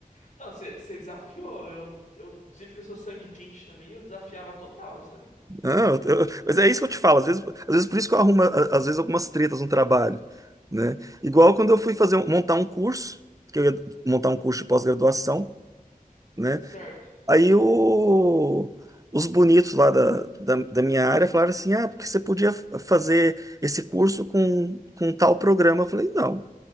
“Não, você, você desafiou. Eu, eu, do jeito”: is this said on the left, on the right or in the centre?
Left